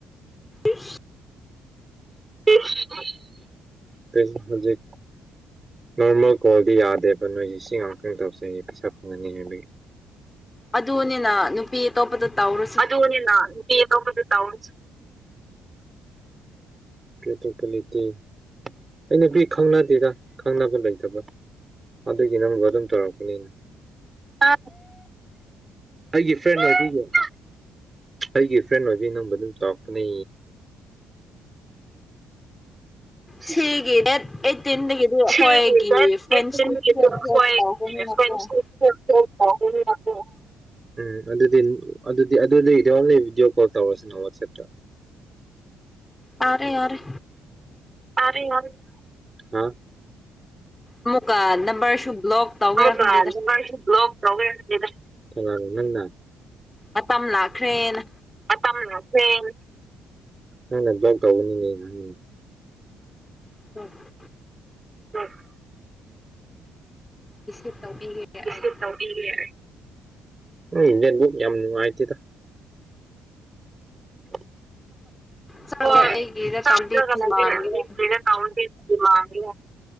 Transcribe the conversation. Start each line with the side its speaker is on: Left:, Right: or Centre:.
Left: ꯏꯁ
Right: <unintelligible> ꯀꯦꯏꯁ ꯍꯨꯖꯤꯛ ꯃꯔꯛ ꯃꯔꯛ ꯀꯣꯜꯗꯤ ꯌꯥꯗꯦꯕ ꯅꯣꯏꯒꯤ ꯁꯤ ꯉꯥꯛꯇꯪ ꯇꯧꯁꯦꯌꯦ ꯄꯩꯁꯥ ꯐꯪꯒꯅꯤ ꯍꯥꯏꯕꯒꯤ
Left: ꯑꯗꯨꯅꯤꯅ ꯅꯨꯄꯤ ꯇꯣꯞꯄꯗ ꯇꯧꯔꯨꯠ
Right: ꯑꯗꯨꯅꯦꯅ ꯅꯨꯄꯤ ꯑꯇꯣꯞꯄꯗ ꯇꯧꯔꯁ ꯄꯤ ꯑꯇꯣꯞꯄ ꯂꯩꯇꯦ ꯑꯩ ꯅꯨꯄꯤ ꯈꯪꯅꯗꯦꯗ ꯈꯪꯅꯕ ꯂꯩꯇꯕ ꯑꯗꯨꯒꯤ ꯅꯪꯕꯨ ꯑꯗꯨꯝ ꯇꯧꯔꯛꯄꯅꯤꯅ ꯑꯥ ꯑꯩꯒꯤ ꯐ꯭ꯔꯦꯟ ꯑꯣꯏꯕꯒꯤ <unintelligible> ꯑꯩꯒꯤ ꯐ꯭ꯔꯦꯟ ꯑꯣꯏꯕꯩ ꯅꯪꯕꯨ ꯑꯗꯨꯝ ꯇꯧꯔꯛꯀꯅꯤ <unintelligible>
Left: ꯁꯤꯒꯤ ꯗꯦꯠ ꯑꯩꯠꯇꯤꯟꯗꯒꯤꯗꯤ ꯑꯩꯈꯣꯏꯒꯤ ꯐ꯭ꯔꯦꯟꯁꯤꯞꯁꯦ
Right: <unintelligible>
Left: ꯕ꯭ꯂꯣꯛ ꯇꯧꯕꯅꯤꯅꯀꯣ
Right: ꯎꯝ ꯑꯗꯨꯗꯤ ꯑꯗꯨꯗꯤ ꯑꯗꯨꯗꯤ ꯗꯤꯌꯥꯎꯂꯩ ꯚꯤꯗꯤꯑꯣ ꯀꯣꯜ ꯇꯧꯔꯁꯤꯅ ꯋꯥꯠꯆꯦꯞꯇ
Left: ꯇꯥꯔꯦ ꯌꯥꯔꯦ
Right: ꯇꯥꯔꯦ ꯌꯥꯔꯦ ꯍꯥ
Left: ꯑꯃꯨꯛꯀ ꯅꯝꯕꯔꯁꯨ ꯕ꯭ꯂꯣꯛ ꯇꯧꯒꯦꯔꯥ
Right: ꯑꯃꯨꯛꯀ
Left: ꯈꯪꯗꯦꯗ
Right: ꯅꯝꯕꯔꯁꯨ ꯕ꯭ꯂꯣꯛ ꯇꯧ ꯂꯩꯔꯝꯕꯅꯤꯗ ꯀꯅꯥꯅ ꯅꯪꯅ꯫
Left: ꯃꯇꯝ ꯂꯥꯛꯈ꯭ꯔꯦꯅ
Right: ꯃꯇꯝ ꯂꯥꯛꯈ꯭ꯔꯦꯅ ꯅꯪ ꯕ꯭ꯂꯣꯛ ꯇꯧꯒꯅꯤꯅꯦ ꯅꯪ
Left: <inaudible>
Right: <unintelligible>
Left: ꯏꯁꯂꯤꯞ ꯇꯧꯕꯤꯒꯦ꯫
Right: ꯏꯁꯂꯤꯞ
Left: ꯑꯩ
Right: ꯇꯧꯕꯤꯒꯦ ꯑꯩ ꯅꯦꯠꯕꯨꯛ ꯌꯥꯝ ꯅꯨꯡꯉꯥꯏꯇꯦꯗ꯫ <inaudible>
Left: ꯆꯠꯂꯦ
Right: ꯍꯣꯏ
Left: ꯑꯩꯒꯤꯗ
Right: ꯆꯥꯛ
Left: ꯇꯧꯔꯗꯤ
Right: <unintelligible>
Left: ꯂꯥꯡꯒꯦꯔ
Right: <unintelligible>